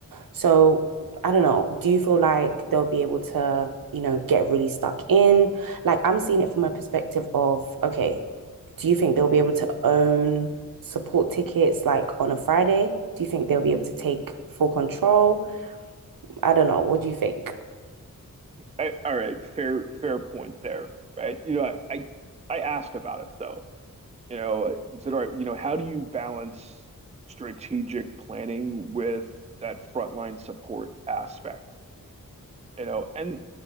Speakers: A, on the right; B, on the right.
A: So I don't know, do you feel like they'll be able to, you know, get really stuck in? Like I'm seeing it from a perspective of, okay, do you think they'll be able to own support tickets like on a Friday? Do you think they'll be able to take full control? I don't know. What do you think?
B: I, all right, fair fair point there, right? You know, I, I I asked about it though you know, I said, all right, you know, how do you balance strategic planning with that frontline support aspect? You know, and